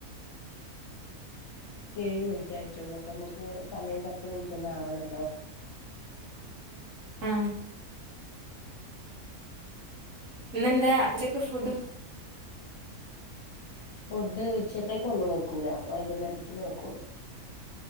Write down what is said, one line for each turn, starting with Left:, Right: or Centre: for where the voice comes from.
Left: ഏഴ് മിനിറ്റ് ആയിട്ടേള്ളൂ അപ്പൊ നമുക്ക് സമയം പത്ത് മിനിറ്റ് തന്നെ ആവണല്ലോ
Right: ആഹ് ഇന്നെന്താ ഉച്ചക്ക് ഫുഡ്
Left: ഫുഡ് ഉച്ചത്തേക്ക് ഒന്നും വെക്കൂല വൈകുന്നേരത്തിന് വെക്കുള്ളൂ